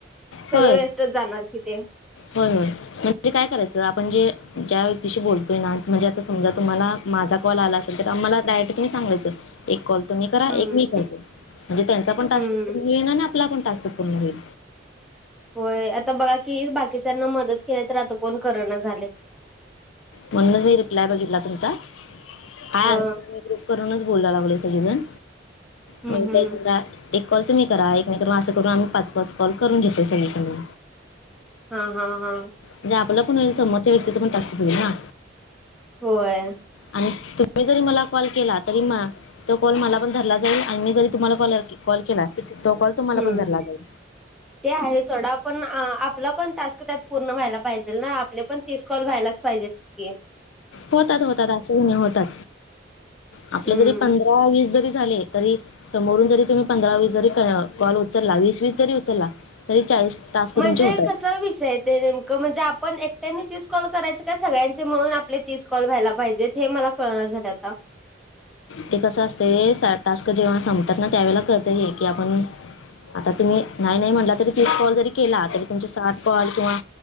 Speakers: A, in the centre; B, on the left.
A: सगळं
B: होय
A: वेस्टच जाणार किते.
B: होय होय. म्हणजे काय करायचं? आपण जे ज्या व्यक्तीशी बोलतोय ना, म्हणजे आता समजा तुम्हाला माझा कॉल आला असेल तर, आम्हाला डायरेक्ट तुम्ही सांगायच, एक कॉल तुम्ही करा
A: हम्म
B: एक मी करतो म्हणजे त्यांचा पण टास्क
A: हम्म
B: पूर्ण होईल आणि आपला पण टास्क पूर्ण होईल.
A: होय आता बघा की, बाकीच्यांना मदत केली तर आता कोण करना झालय.
B: म्हणूनच मी रिप्लाय बघितला तुमचा, हाय
A: हा
B: आमचा एक ग्रुप करूनच बोलाय लागलोय सगळेजण,
A: हम्म
B: मग
A: हम्म
B: तर एकदा एक कॉल तुम्ही करा एक मि असं करून, आम्ही पाच पाच कॉल करून घेतोय सगळीकडन
A: हा हा हा.
B: म्हणजे आपल पण होईल, समोरच्या व्यक्तींच पण टास्क होईल ना.
A: होय.
B: आणि तुम्ही जरी मला कॉल केला तरी, मा तो कॉल मला पण धरला जाईल आणि मी जरी तुम्हाला कॉल कॉल केला तो कॉल तुम्हाला
A: हम्म.
B: पण धरला जाईल
A: ते आहे सोडा, पण आपला पण टास्क त्यात पूर्ण व्हायला पाहिजेल ना, आपले पण तीस कॉल व्हायलाच पाहिजेत. की
B: होतात होतात असे काय नाही होतात, आपले
A: हम्म
B: जरी पंधरा दहा वीस जरी झाले तरी. समोरून जरी तुम्ही पंधरा, वीस जरी कॉल उचलला, वीस- वीस जरी उचलला तरी चाळीस. टास्क
A: म्हणजे
B: तुमचे होतात
A: कसं? कसा विषय हाय ते? नेमकं म्हणजे आपण एकट्यानी तीस कॉल करायच काय? सगळ्यांचे मिळून आपले तीस कॉल व्हायला पाहिजेत. हे मला कळणा झालय आता
B: ते कसं आसतंय, टास्क जेव्हा संपतात ना त्यावेळेला, कळतय हे की आपण आता तुम्ही नाही नाही म्हटला तरी, तीस कॉल जरी केला तरी तुमची सात कॉल किंवा